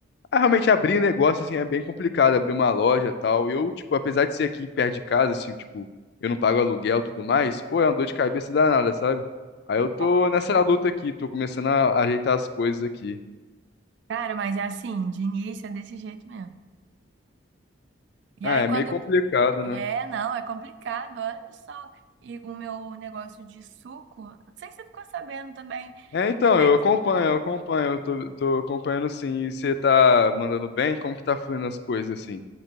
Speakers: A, on the left; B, on the right.
A: ah, realmente abrir um negócio assim é bem complicado, abrir uma loja e tal. Eu, tipo, apesar de ser aqui perto de casa, assim, tipo, eu não pago aluguel e tudo mais, pô, é uma dor de cabeça danada, sabe? Aí
B: Verdade.
A: eu tô nessa luta aqui, tô começando a ajeitar as coisas aqui.
B: Cara, mas é assim, de início é desse jeito mesmo. E
A: Ah,
B: aí
A: é
B: quando.
A: meio complicado,
B: É,
A: né?
B: não, é complicado, olha só. E o meu negócio de suco, não sei se você ficou sabendo também,
A: É, então,
B: é bem
A: eu acompanho,
B: tranquilo.
A: eu acompanho, eu tô, tô acompanhando sim. E você tá mandando bem? Como que tá fluindo as coisas assim?